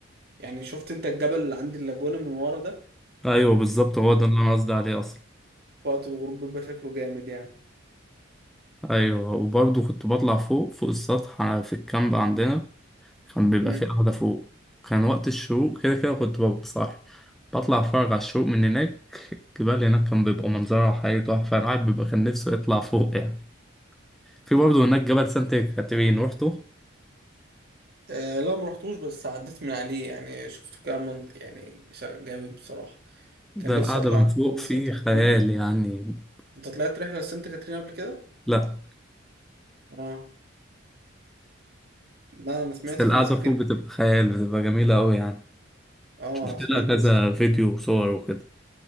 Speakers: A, on the right; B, in the centre.
A: يعني شفت انت الجبل اللي عند اللاجونة من ورا ده
B: أيوة بالظبط هو ده اللي أنا قصدي عليه أصلا
A: وقت الغروب بيبقى شكله جامد يعني
B: أيوة وبرضه كنت بطلع فوق فوق السطح في الكامب عندنا كان بيبقى
A: مم.
B: في قعدة فوق كان وقت الشروق كده كده كنت ببقى صاحي بطلع أتفرج على الشروق من هناك الجبال هناك كان بيبقى منظرها حقيقي تحفة الواحد بيبقى كان نفسه يطلع فوق يعني في برضه هناك جبل سانت كاترين روحته
A: آه لا ما رحتوش بس عديت من عليه يعني شفته كده من يعني شا- جامد بصراحة
B: ده
A: كان نفسي
B: القعدة
A: اطلع
B: من
A: رحلة
B: فوق فيه
A: لسانت كاترين
B: خيال يعني
A: انت طلعت رحلة لسانت كاترين قبل كده؟
B: لأ
A: اه لا انا سمعت
B: بس القعدة
A: في ناس كتير
B: فوق بتبقى خيال بتبقى جميلة أوي يعني
A: اه
B: شفت
A: سمعت
B: لها
A: في ناس
B: كذا
A: كتير
B: فيديو وصور وكده